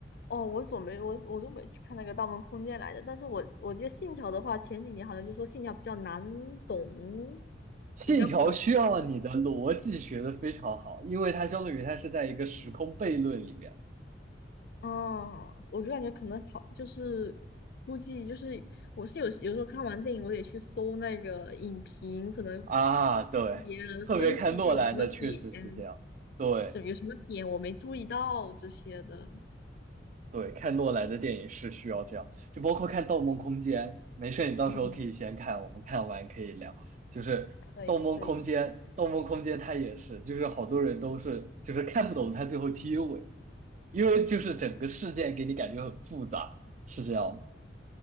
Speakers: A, on the left; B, on the right.
A: 哦，我总没我我都没去看那个《盗梦空间》来着，但是我我记得《信条》的话，前几年好像就说《信条》比较难懂，
B: 《信条》需要你的逻辑学的非常好，
A: 比较毁。
B: 因为它相当于它是在一个时空悖论里面
A: 哦，我就感觉可能好，就是估计就是我是有有时候看完电影，我得去搜那个影评，可能
B: 啊。对，
A: 看别人分析一下有什么点，
B: 特别看诺兰的确实是这样。对。
A: 是有什么点我没注意到这些的。
B: 对，看诺兰的电影是需要这样，就包括看《盗梦空间》。没事，你到时候可以先看，
A: 嗯，
B: 我们看完可以聊。就是《盗梦空间》，
A: 可以可以，
B: 《盗梦空间》它也是，就是好多人都是就是看不懂它最后结尾，因为就是整个事件给你感觉很复杂，是这样的。